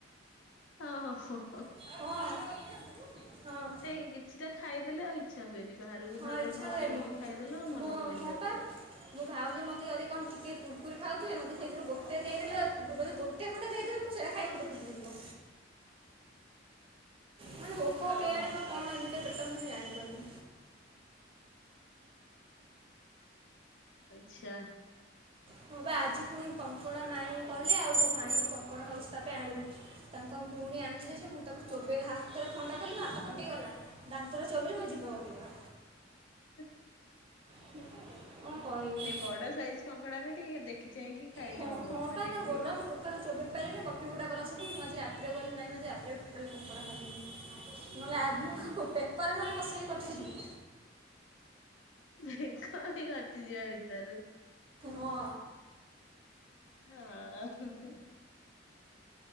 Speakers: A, on the left; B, on the right.
A: ହଁ ହୋ ହୋ ହ।
B: ହଁ ହଁ
A: ଏଇଁ କିଛିଟା ଖାଇଦେଲେ ଆଉ ଇ ଛା ହୁଏନି ବାହାରକୁ
B: ହଁ
A: ଧର
B: ଇଚ୍ଛା
A: ଘର କଣ
B: ହୁଏନି
A: କିଣିକି ଖାଇଦେଲ ମନ
B: ମୋ
A: ହୁଏନି
B: ହଁ
A: ରାତିରେ।
B: ପା ମୋ ଭାଉଜ ମତେ ଯଦି କଣ ଟିକେ କୁୁରୁକୁରି ଖାଉଥିଲେ ମତେ ସେଇଥିରୁ ଗୋଟେ ଦେଇଦେଲେ <unintelligible> ଗୋଟେ ଖଣ୍ଡେ ଦେଇଦେଲେ ମୁଁ ସେଇଟା ଖାଇବି ପେଟ ପୁରିଯିବ। ମାନେ ଭୋକ
A: ଓହୋ
B: କେ ଯାଣି କଣ ଏମିତିଆ ପେଟ ମୁଁ କି ଜାଣିପାରୁନି।
A: ଆଚ୍ଛା।
B: ହଁ ବା ଆଜି ଫୁଣି କଙ୍କଡ଼ା ନାଇଁ କହିଲେ ଆଉ ମୋ ଭାଣିଜି କଙ୍କଡ଼ା ହାଉସ୍ ତାପା ଆଣିବୁ। ତାଙ୍କ ଭଉଣୀ ଆଣିଥିଲେ ଯେ ମୁଁ ତାକୁ ଚୋବେ ହା ହାତରେ ଖଣ୍ଡା କଲି ହାତ କଟିଗଲା। ଦାନ୍ତରେ ଚୋବେଇଲି ମୋ ଜିଭ କଟିଗଲା।
A: ହ
B: ହଁ କଣ କହିବି
A: ବଡ ସାଇଜ କଙ୍କଡାରେ ଟିକେ ଦେଖି ଚାହିଁକି ଖାଇଲେ
B: ହଁ
A: ହବ
B: ହଁ
A: ମାନେ
B: ପା
A: ଏମିତି
B: ତା ଗୋଡ଼ ମୁଁ ତାର ଚୋବେଇ ପାରିଲିନି କଟିି କୁଟା ଗଲା ସବୁ ମୁଁ ଆଜି ରାତିରେ ଗଲି ନାହିଁ ଆଜି ରାତିରେ ଟୋଟାଲି କଙ୍କଡ଼ା ଖାଇବିନି। ନହେଲେ ଆଗ୍ ମୁଁ
A: ହଁ
B: ପୋ ପେକରରେ ନହେଲେ କଷିକି କରିଥିଲି।
A: ଭାଇ ଖ ପାଇଁ କଟି ଯିବ ଭିତରୁ।
B: ହଁ
A: ହଁ।